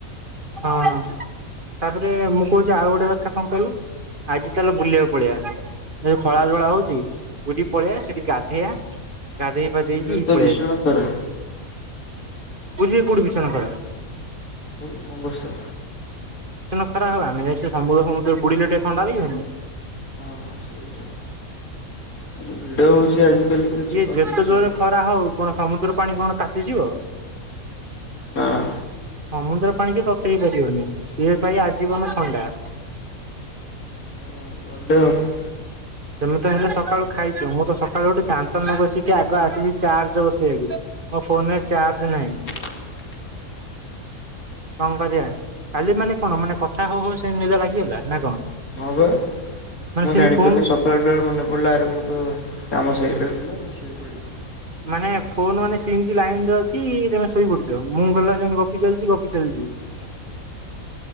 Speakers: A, on the right; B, on the left.
A: ହଁ ତାପରେ ମୁଁ କହୁଛି ଆଉ ଗୋଟେ କଥା କଣ କହିଲୁ? ଆଜି ଚାଲ ବୁଲିବାକୁ ପଳେଇବା। ଏ ଯୋଉ
B: କୁଆଡେ
A: ଖରାବେଳା ହଉଛି ବୁଲିକି ପଳେଇଆ ସେଠି ଗାଧେଇଆ ଗାଧେଇ ପ
B: ପୁରୀରେ
A: ଦେଇକି
B: ତ
A: ପଳେଇ
B: ଭୀଷଣ
A: ଆସିବା।
B: ଖରା
A: କୁଡ଼ିଏ କୁଡ଼ି ବିଛାନା ଘ <unintelligible>
B: ଅମ୍ବୃଶା।
A: ଖରା ହଉ ଆମେ ଯାଇଛେ ସମୁଦ୍ର ଫମୁଦ୍ର ବୁଡିଲେ ଟିକେ ଥଣ୍ଡା ଲାଗିିବନି।
B: ହଁ ସେଇଟା ହେଲେ ଭିଡ ହଉଛି। ଆଜିକାଲି ତ ଯିବାକୁ
A: ଇଏ ଯେତେ
B: ଇଚ୍ଛା
A: ଜୋରରେ
B: ହଉନି
A: ଖରା ହଉ କଣ ସମୁଦ୍ର ପାଣି କଣ ତାତିଯିବ।
B: ହଁ।
A: ସମୁଦ୍ର ପାଣି କି ତତେଇ ପାରିବନି ସିଏ ଭାଇ ଆଜୀବନ ଥଣ୍ଡା।
B: ହୁଁ ଗଲେ ହବ।
A: ତମେ ତ ହେଲେ ସକାଳୁ ଖାଇଛ ମୁଁ ତ ସକାଳୁ ଗୋଟେ ଦାନ୍ତ ନଗସିକି ଆଗ ଆସିଛି ଚାର୍ଜ ବସେଇବାକୁ। ମୋ ଫୋନରେ ଚାର୍ଜ ନାହିଁ।
B: <inaudible>
A: କଣ କରିବା କାଲି ମାନେ କଣ ମାନେ କଥା ହଉ ହଉ ସେମିତୀ ନିଦ ଲାଗିଗଲା ନା କଣ?
B: ହଁ ବା।
A: ମାନେ
B: ମୁଁ
A: ସେମିତି
B: ଜାଣିପାରିନି
A: ଫୋନ୍
B: ସକାଳଠାରୁ ମନେ ପଡିଲା ଆରେ ମୁଁ ତ କାମ ସରିବାରଥିଲା ମୁଁ ଶୋଇପଡିଲି କଣ?
A: ମାନେ ଫୋନ ମାନେ ସେମିତି ଲାଇନରେ ଅଛି ତମେ ଶୋଇପଡିଛ ମୁଁ ଗଲା ସେମିତି ଗପି ଚାଲିଛି ଗପି ଚାଲିଛି।
B: <inaudible>